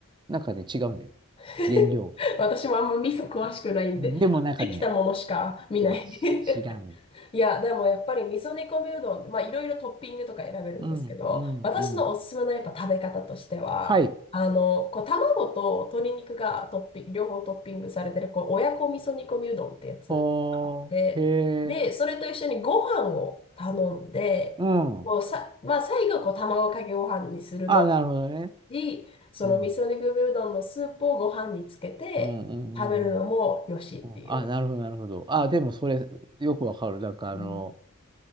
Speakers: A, on the right (about 20°); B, on the left (about 25°).
A: なんかね、違うんだよ。
B: <laughs>
A: 原料。
B: 私もあんま味噌詳しくないんで、
A: うんでも、なんかね、
B: できたものしか見ない
A: そう、ち違う。
B: <laughs> いや、でもやっぱり味噌煮込みうどん、まあいろいろトッピングとか選べるんですけど、
A: うん、うん、
B: 私のおすすめのやっぱ食べ方としては、
A: うん。はい。
B: あの、こう卵と鶏肉がトッピング、両方トッピングされてる、こう親子味噌煮込みうどんってやつがあって、
A: ほーへえ、
B: で、それと一緒にご飯を頼んで、
A: うん。
B: こうさ、まあ最後こう卵かけご飯にするの
A: あ、なるほどね。
B: し、その味噌肉込うどんのスープをご飯につけて食べるのもよしっていう。
A: うん。うんうんうんうん。うんあ、なるほど、なるほど。あ、でもそれ、よくわかる。なんかあの、
B: うん